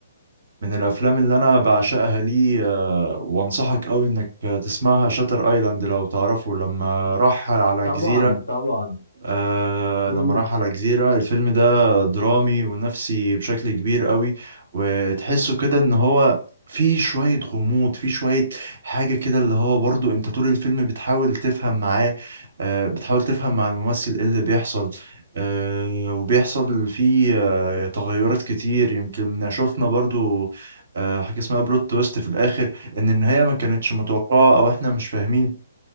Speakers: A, on the right (about 55°); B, on the left (about 75°).
A: من الافلام اللي انا بعشقها ليه آه، وانصحك قوي انك تسمعها شاتر ايلاند لو تعرفه لما راح على
B: طبعا
A: جزيرة
B: طبعا
A: آه
B: امم
A: لما راح على جزيرة الفيلم ده درامي ونفسي بشكل كبير قوي وتحسه كده ان هو في شوية غموض في شوية حاجة كده اللي هو برضو انت طول الفيلم بتحاول تفهم معاه آه بتحاول تفهم مع الممثل ايه اللي بيحصل آه وبيحصل فيه آه تغيرات كتير يمكن شفنا برضو آه حاجة اسمها بلوت تويست في الآخر ان النهاية ما كانتش متوقعة او احنا مش فاهمين